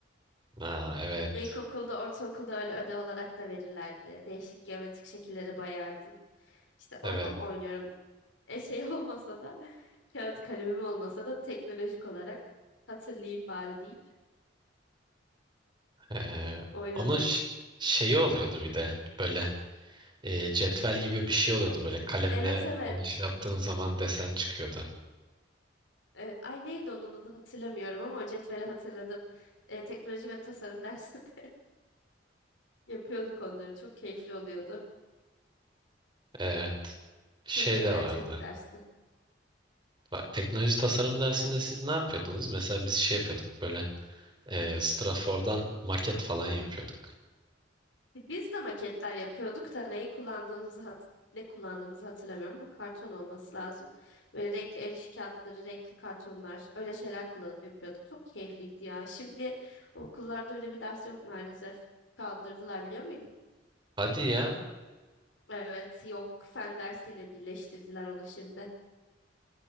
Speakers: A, on the right (about 25°); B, on the left (about 85°).
A: Aa evet.
B: İlkokulda, ortaokulda öyle ödev olarak da verirlerdi. Değişik geometrik şekilleri boyardın. İşte onu
A: Evet.
B: oynuyorum. E şey <laughs> olmasa da kağıt kalemim olmasa da teknolojik olarak hatırlayayım bari deyip
A: Ee,
B: oynadım.
A: onun ş- şeyi oluyordu bir de böyle e, cetvel gibi bir şey oluyordu böyle kalemle
B: Evet evet.
A: onu şey yaptığın zaman desen çıkıyordu.
B: Evet. Ay neydi onun adı hatırlamıyorum ama o cetveli hatırladım. Ee, teknoloji ve tasarım dersinde <laughs> yapıyorduk onları. Çok keyifli oluyordu.
A: Evet. Şey
B: Çok eğlenceli
A: de vardı.
B: bir dersti.
A: Bak, teknoloji tasarım dersinde siz ne yapıyordunuz? Mesela biz şey yapıyorduk böyle e, Strafor'dan maket falan yapıyorduk.
B: E, Biz de maketler yapıyorduk da neyi kullandığımızı hat- ne kullandığımızı hatırlamıyorum. Bu karton olması lazım. Böyle renkli el işi kağıtları, renkli kartonlar, öyle şeyler kullanıp yapıyorduk. Çok keyifliydi ya. Şimdi okullarda öyle bir ders yok maalesef. Kaldırdılar biliyor muydun?
A: Hadi ya
B: Evet, yok. Fen dersiyle birleştirdiler onu şimdi.